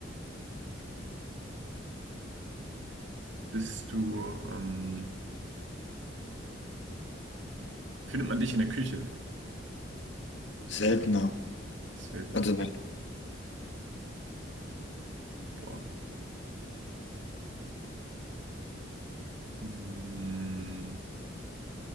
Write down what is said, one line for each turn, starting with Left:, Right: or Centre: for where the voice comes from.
Right: Bist du, ähm, findet man dich in der Küche?
Left: Seltener.
Right: Selten,
Left: Also
Right: ne?
Left: nein.
Right: Boah. Mm.